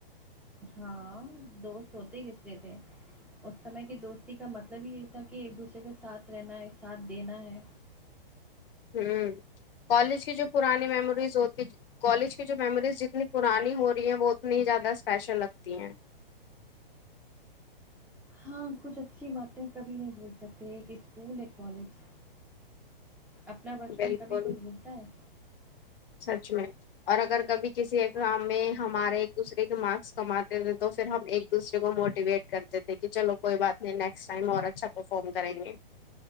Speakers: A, in the centre; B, on the left (about 70°).
A: ہاں دوست ہوتے کس لیے تھے اس سمے کی دوستی کا مطلب ہی یہی تھا کہ ایک دوسرے کے ساتھ رہنا ہے ایک ساتھ دینا ہے
B: ہوں کالج کی جو پرانی میموریز ہوتی کالج کی جو میموریز جتنی پرانی ہو رہی ہے وہ اتنی زیادہ اسپیشل لگتی ہیں
A: ہاں کچھ اچھی باتیں کبھی نہیں بھول سکتے ایک اسکول ایک کالج اپنا بچپن
B: بالکل
A: کبھی کوئی بھولتا ہے
B: سچ میں اور اگر کبھی کسی ایگزام میں ہمارے ایک دوسرے کے مارکس کم اتے تھے تو پھر ہم ایک دوسرے کو موٹیویٹ کرتے تھے کہ چلو کوئی بات نہیں نیکسٹ ٹائم اور اچھا پرفارم کریں گے